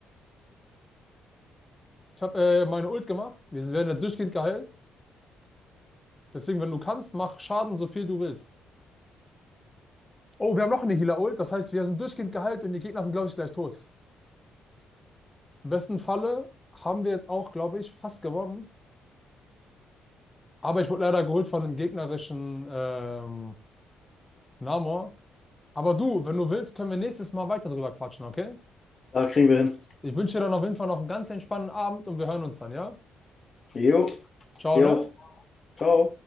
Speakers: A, on the left; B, on the left.
A: Ich habe äh, meine Ult gemacht. Wir werden jetzt durchgehend geheilt. Deswegen, wenn du kannst, mach Schaden so viel du willst. Oh, wir haben noch eine Healer-Ult. Das heißt, wir sind durchgehend geheilt und die Gegner sind, glaube ich, gleich tot. Im besten Falle haben wir jetzt auch, glaube ich, fast gewonnen. Aber ich wurde leider geholt von dem gegnerischen ähm, Namor. Aber du, wenn du willst, können wir nächstes Mal weiter drüber quatschen, okay?
B: Da kriegen wir hin.
A: Ich wünsche dir dann auf jeden Fall noch einen ganz entspannten Abend und wir hören uns dann, ja?
B: Jo,
A: Ciao,
B: dir
A: ne?
B: auch. Ciao.